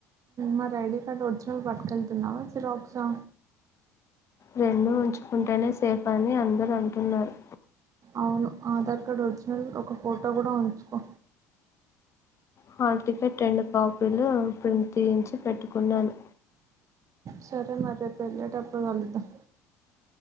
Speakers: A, on the right (about 40°); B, on the left (about 35°).
A: మరి ఐడి కార్డ్ ఒరిజినల్ పట్టుకెళ్తున్నావా సిరాక్సా
B: రెండు ఉంచుకుంటేనే సేఫ్ అని అందరు అంటున్నారు
A: అవును ఆధార్ కార్డ్ ఒరిజినల్ ఒక ఫోటో కూడా ఉంచుకో
B: హాల్ టికెట్ రెండు కాపీలు ప్రింట్ చేయించి పెట్టుకున్నాను
A: సరే మరి రేపు వెళ్ళేటప్పుడు కలుద్దాం